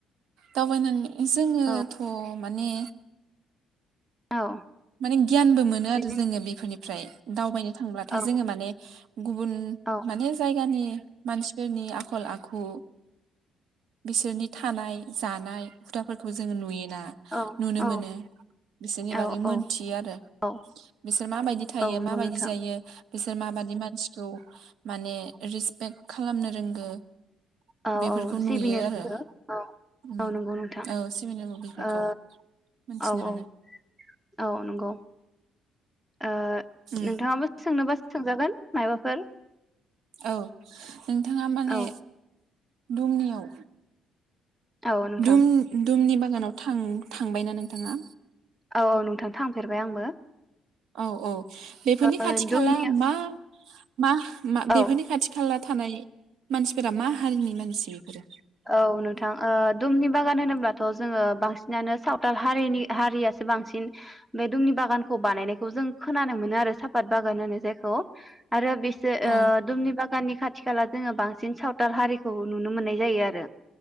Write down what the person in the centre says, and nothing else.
औ
औ
बिदिनो
औ
औ
औ
औ
औ
औ
औ
औ नंगौ
नोंथां
औ
औ जो
सिबिनो रोंगो
औ
औ नंगौ नोंथां
ओ
औ
औ औ नंगौ। ओ
नोंथाङाबो सोंनोबा सोंजागोन मायबाफोर?
औ
औ नोंथां
औ औ नोंथां थांफेरबाय आंबो।
ओ
दुमनि
औ
औ नोंथां ओ दुमनि बागान होनोब्लाथ जोङो बांस नानो सावथाल हारिनि हारियासो बांसिन बे दुमनि बागानखौ बानायनायखौ जों खोनानो मोनो आरो सापात बागान होनो जायखौ। आरो बिसोर ओ
दुमनि बा गाननि खाथि खाला जोङो बांसिन सावथाल हारिखौ नुनो मोननाय जायो आरो। <unintelligible>